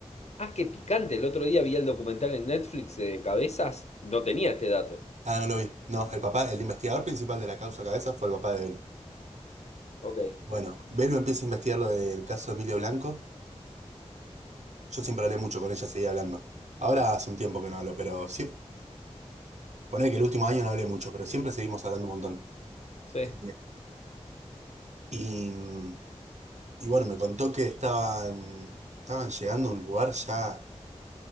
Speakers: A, on the left; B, on the right.
A: Ah, qué picante. El otro día vi el documental en Netflix de Cabezas y no tenía este dato.
B: Ah, no lo vi. No, el papá, el investigador principal de la causa Cabezas fue el papá de Belu.
A: Ok,
B: Bueno, Belu empieza a investigar lo del caso de Emilio Blanco. Yo siempre hablé mucho con ella, seguía hablando. Ahora hace un tiempo que no hablo, pero sí. Poner que el último año no hablé mucho, pero siempre seguimos hablando un montón.
A: sí.
B: Eh, y, y bueno, me contó que estaban, estaban llegando a un lugar ya.